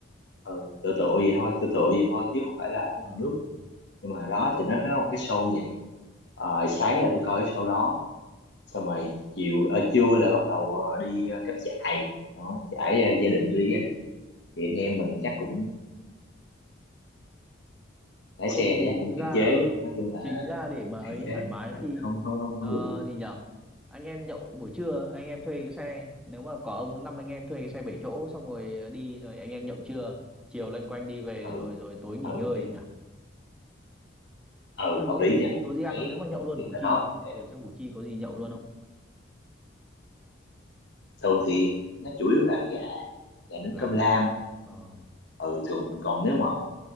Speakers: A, on the left; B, in the centre.
A: ừ tựa tựa vậy thôi tựa tựa vậy thôi chứ không phải là
B: ờ.
A: nước nhưng mà đó thì nó nó là một cái show vậy Ờ, sáng là tôi coi cái show đó xong rồi chiều ờ, trưa là bắt đầu ờ, đi ờ, cắm trại đó, trải ờ, gia đình tôi đi gia đình thì anh em mình chắc cũng lái
B: không
A: xe
B: chính
A: thì chắc cũng
B: ra
A: hạn chế
B: ờ
A: nói chung là
B: chính ra để mà
A: hạn
B: ấy
A: chế
B: thoải mái
A: Ừ,
B: khi
A: không không không không
B: ờ,
A: được vui.
B: gì nhở anh em nhậu buổi trưa anh em thuê cái xe nếu mà có ông năm anh em thuê cái xe bảy chỗ xong rồi đi rồi anh em nhậu trưa chiều loanh quanh đi về
A: ừ
B: rồi rồi tối nghỉ
A: ừ
B: ngơi
A: thế-
B: nhỉ
A: ừ
B: ăn uống
A: hợp lý
B: ở Củ
A: nha
B: Chi có gì
A: đấy
B: ăn không nếu mà nhậu luôn
A: thì
B: Củ
A: ở
B: Chi
A: đó
B: bên
A: cũng đẹp
B: ở trong Củ Chi có gì nhậu luôn không
A: thường thì nó chủ yếu là gà gà nướng
B: gà
A: cơm lam
B: ờ
A: ừ thường còn nếu mà